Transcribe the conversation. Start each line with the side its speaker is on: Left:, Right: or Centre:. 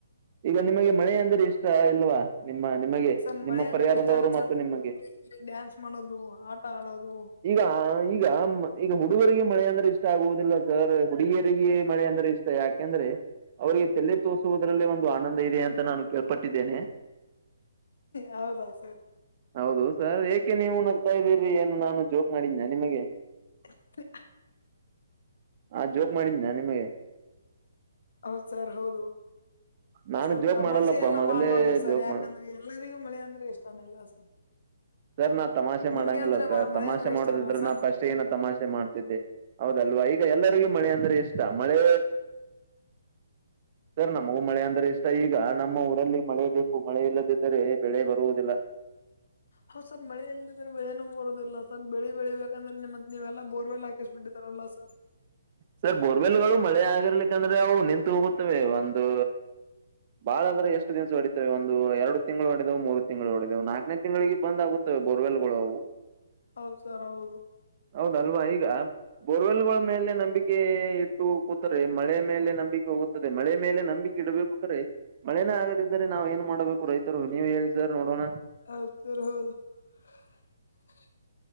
Right: ಈಗ ನಿಮಗೆ ಮಳೆ ಅಂದ್ರೆ ಇಷ್ಟ ಇಲ್ವಾ ನಿಮ್ಮ ನಿಮಗೆ
Left: ಸರ್
Right: ನಿಮ್ಮ
Left: ಮಳೆ ಅಂದ್ರೆ
Right: ಪರಿಹಾರದವರು
Left: ಇಷ್ಟ ಅಲ್ಲ ಸರ್
Right: ಮತ್ತು ನಿಮಗೆ
Left: ಇಲ್ಲಿ ಡ್ಯಾನ್ಸ್ ಮಾಡೋದು ಆಟ ಆಡೋದು
Right: ಈಗ ಈಗ ಈಗ ಹುಡುಗರಿಗೆ ಮಳೆ ಅಂದ್ರೆ ಇಷ್ಟ ಆಗುವುದಿಲ್ಲ ಸರ್ ಹುಡುಗಿಯರಿಗೆ ಮಳೆ ಅಂದ್ರೆ ಇಷ್ಟ ಯಾಕೆಂದ್ರೆ ಅವ್ರಿಗೆ ತಲೆ ತೋಸುವುದ್ರಲ್ಲಿ ಒ ಒಂದು ಆನಂದ ಇದೆ ಅಂತ ನಾನು ಕೇಳ್ಪಟ್ಟಿದ್ದೇನೆ
Left: ಹೌದಾ ಸರ್
Right: ಹೌದು ಸರ್ ಏಕೆ ನೀವು ನಗ್ತಾ ಇದ್ದೀರ್ರರಿ ಏನು ನಾನು ಜೋಕ್ ಮಾಡನ್ಯ ನಿಮಗೆ
Left: <unintelligible>
Right: ಹಾ ಜೋಕ್ ಮಾಡಿದ್ದಿನಿ ನಾ ನಿಮಗೆ
Left: ಹೌದ ಸರ್ ಹೌದು
Right: ನಾನು
Left: ಸರ್
Right: ಜೋಕ್
Left: ತಮಾಷೆ
Right: ಮಾಡಲ್ಲಪ್ಪ
Left: ಎಲ್ಲ
Right: ಮೊದಲೇ
Left: ಮಾಡ್ಬಾರ್ದು ಸರ್
Right: ಜೋಕ್
Left: ಯಾಕಂದ್ರೆ
Right: ಮಾಡ
Left: ಎಲ್ಲರಿಗೂ ಮಳೆ ಅಂದ್ರೆ ಇಷ್ಟಾನ ಎಲ್ಲ ಸರ್
Right: ಸರ್ ನಾ ತಮಾಷೆ ಮಾಡಂಗಿಲ್ಲ
Left: ನಿಮಗೆ ಅಂದ್ರೆ
Right: ಸರ್
Left: ಮ-
Right: ತಮಾಷೆ
Left: ಮಳೆ ಅಂದ್ರೆ
Right: ಮಾಡೋದಿದ್ರೆ
Left: ಇಷ್ಟ ಅಲ್ಲ ಸರ್
Right: ನಾ ಫಸ್ಟ್ ಏನ ತಮಾಷೆ ಮಾಡ್ತಿದ್ದೆ ಹೌದಲ್ವಾ ಈಗ ಎಲ್ಲರಿಗೂ ಮಳೆ ಅಂದ್ರೆ ಇಷ್ಟ ಮಳೆ ಸರ್ ನಮಗೂ ಮಳೆ ಅಂದ್ರೆ ಇಷ್ಟ ಈಗ ನಮ್ಮ ಊರಲ್ಲಿ ಮಳೆ ಬೇಕು ಮಳೆ ಇಲ್ಲದಿದ್ದರೆ ಬೆಳೆ ಬರುವುದಿಲ್ಲ.
Left: ಹ ಸರ್ ಮಳೆ ಎಲ್ಲದಿದ್ರೆ ಬೆಳೆನೂ ಬರೋದಿಲ್ಲ ಸರ್ ಬೆಳಿ ಬೆಳಿಬೇಕಂದ್ರೆ ನಿಮ್ಮತ್ ನೀವೆಲ್ಲ ಬೋರ್ವೆಲ್ ಹಾಕಿಸ್ಬ ಬಿಟ್ಟಿದಾರಲ್ಲ ಸರ್.
Right: ಸರ್ ಬೋರ್ವೆಲ್ ಗಳು ಮಳೆ ಆಗಿರ್ಲಿಕ್ಕಂದ್ರೆ ಅವು ನಿಂತು ಹೋಗುತ್ತವೆ ಒಂದು ಬಾಳದ್ರ ಎಷ್ಟ ದಿವಸ ಹೊಡಿತವೆ ಒಂದು ಎರಡು ತಿಂಗಳು ಹೊಡೆದವು ಮೂರು ತಿಂಗಳು ಹೊಡೆದವು ನಾಲ್ಕನೇ ತಿಂಗಳಿಗೆ ಬಂದ ಆಗುತ್ತೆ. ಮತ್ತ ಬೋರ್ವೆಲ್ಗಳುವು.
Left: ಹೌದ್ ಸರ್ ಹೌದು.
Right: ಹೌದಲ್ವಾ ಈಗ ಬೋರ್ವೆಲ್ಗಳ ಮೇಲೆ ನಂಬಿಕೆ ಇಟ್ಟು ಕೂತರೆ ಮಳೆ ಮೇಲೆ ನಂಬಿಕೆ ಹೋಗ ತದೆ ಮಳೆ ಮೇಲೆ ನಂಬಿಕೆ ಇಡಬೇಕು <unintelligible> ಮಳೆನೇ ಆಗದಿದ್ದರೆ ನಾವ್ ಏನ್ ಮಾಡ್ಬೇಕು ರೈತರು ನೀವ್ ಹೇಳಿ ಸರ್ ನೋಡೋಣ.
Left: <unintelligible> <unintelligible>